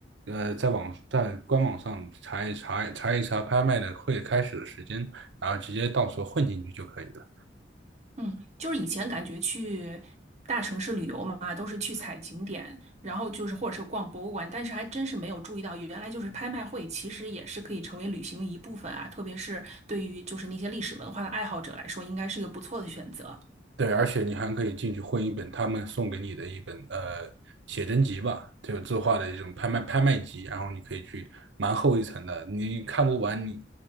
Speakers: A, on the right; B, on the right.
A: 呃，在网在官网上查一查查一查拍卖的会开始的时间，然后直接到时候混进去就可以了。
B: 嗯，就是以前感觉去大城市旅游嘛，都是去踩景点，然后就是或者是逛博物馆，但是还真是没有注意到，原来就是拍卖会其实也是可以成为旅行的一部分啊，特别是对于就是那些历史文化的爱好者来说，应该是一个不错的选择。
A: 对，而且你还可以进去混一本他们送给你的一本呃写真集吧，这个字画的一种拍卖拍卖集，然后你可以去蛮厚一层的，你看不完你，